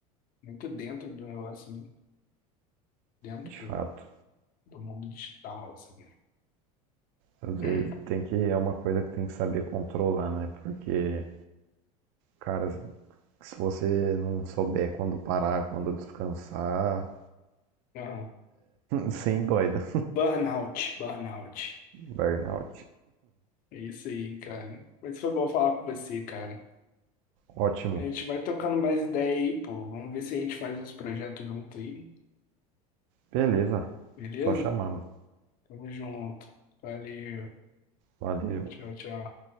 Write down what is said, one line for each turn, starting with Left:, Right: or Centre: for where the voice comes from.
Left: muito dentro do negócio, né? Dentro
Right: de fato.
Left: do, do mundo digital, assim.
Right: Às vezes
Left: né?
Right: tem que, é uma coisa que tem que saber controlar, né? Porque, cara, se você não souber quando parar, quando descansar,
Left: Aham.
Right: <laughs> sem doida.
Left: Burnout, burnout.
Right: Burnout.
Left: É isso aí, cara. Mas foi bom falar com você, cara.
Right: Ótimo.
Left: A gente vai trocando mais ideia aí, pô. Vamos ver se a gente faz uns projetos junto aí,
Right: Beleza.
Left: beleza?
Right: Só chamar, mano.
Left: Tamo junto. Valeu.
Right: Valeu.
Left: Tchau, tchau.